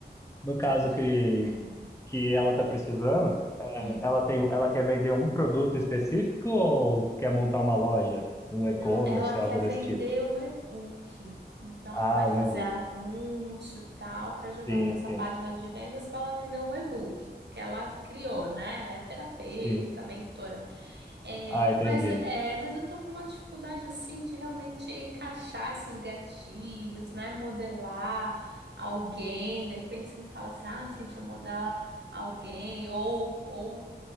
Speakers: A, on the left; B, on the right.
A: no
B: suas
A: caso que,
B: dicas. Hum,
A: que ela tá precisando, é,
B: hum.
A: ela tem, ela quer vender um produto específico ou quer montar uma loja, um e-commerce,
B: Não, ela quer
A: algo
B: vender
A: desse tipo?
B: um e-book. Então
A: Ah,
B: ela vai fazer
A: um e-book.
B: anúncio e tal para jogar
A: Sim,
B: para essa
A: sim,
B: página de vendas para ela vender um e-book, porque ela criou, né? Ela é terapeuta,
A: sim.
B: mentora. É,
A: Ah,
B: mas,
A: entendi.
B: é, mas eu tô com uma dificuldade assim de realmente encaixar esses gatilhos, né? Modelar alguém, de repente você me fala assim, ah, Cintia, modela alguém, ou, ou